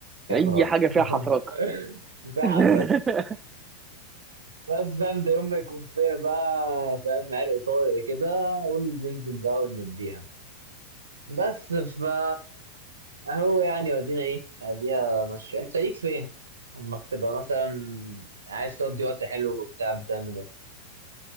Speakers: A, on the right; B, on the right.
A: فيها
B: اي
A: فرهدة.
B: حاجه
A: <laughs>
B: فيها حفرقه
A: في
B: <laughs>
A: حفرك بس فاهم ده يوم ما يكون فيها بقى فاهم عرق طارق كده قول ننزل بقى ونديها بس فا اهو يعني ودينا ايه اديها ماشية انت ليك فين اما بتبقى مثلا عايز تقضي وقت حلو وبتاع بتعمل ايه